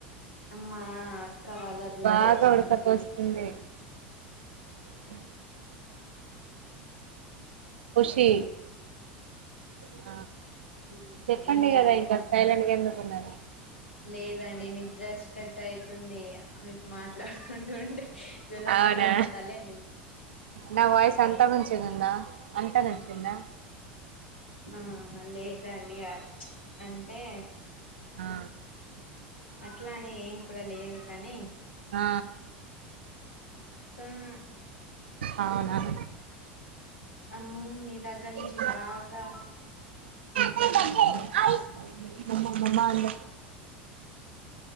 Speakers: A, on the left (about 85°); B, on the right (about 75°).
A: మా అక్క వాళ్ళ బిడ్డ
B: బాగా
A: వచ్చిందండి
B: ఉడకపోస్తుంది మాదే ఖుషి
A: షంకి
B: ఆ
A: మ్
B: చెప్పండి
A: ఏం కాండి
B: కదా ఇంకా సైలెంట్గా ఎందుకున్నారు
A: లేదండి నిద్రచ్చినట్టు అయితుంది. మాట్లాడుకుంటూ ఉంటే జోలపాట
B: అవునా
A: వాడతాలేం ని
B: నా వాయిస్ అంతా కొంచి ఉందా అంతా నచ్చిందా?
A: ఆ లేదండి అ చ్ అంటే
B: ఆ
A: అట్లాని ఏం కూడా లేదు కానీ
B: ఆ
A: తన్నా
B: అవునా <unintelligible>
A: అమ్మో మీ దగ్గర నుంచి
B: హ్యాపీ
A: బాగా
B: బర్త్డే అయితుంది మ మ మాందే